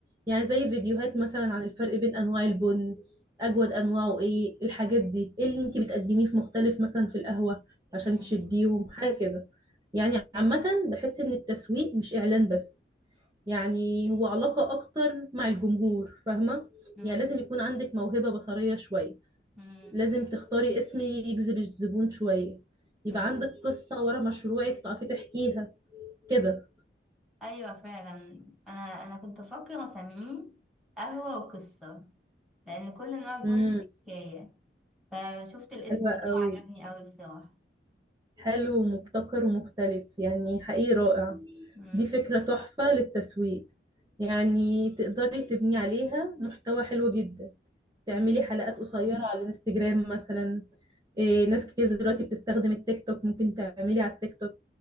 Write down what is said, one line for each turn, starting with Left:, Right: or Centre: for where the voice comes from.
Right: يعني زي فيديوهات مثلا عن الفرق بين أنواع البن أجود أنواعه إيه الحاجات دي إيه اللي أنتي بتقدميه في مختلف مثلا في القهوة عشان
Centre: مم.
Right: تشديهم حاجة كده يعني عامة بحس إن التسويق مش إعلان بس يعني هو علاقة أكتر مع الجمهور فاهمة
Centre: مم.
Right: يعني لازم يكون عندك موهبة بصرية شوية
Centre: مم.
Right: لازم تختاري اسم يجذب الزبون شوية يبقى
Centre: مم.
Right: عندك قصة ورا مشروعك تعرفي تحكيها كده
Centre: أيوة فعلا أنا أنا كنت أفكر أسميه قهوة وقصة لأن كل نوع بن
Right: امم
Centre: حكاية فشفت الاسم
Right: حلوة قوي
Centre: ده وعجبني قوي بصراحة
Right: حلو ومبتكر ومختلف يعني حقيقي رائع
Centre: مم.
Right: دي فكرة تحفة للتسويق يعني تقدري تبني عليها محتوى حلو جدا تعملي
Centre: مم.
Right: حلقات قصيرة على الانستجرام مثلا إيه ناس كتير دلوقتي بتستخدم التيك توك ممكن تعملي على التيك توك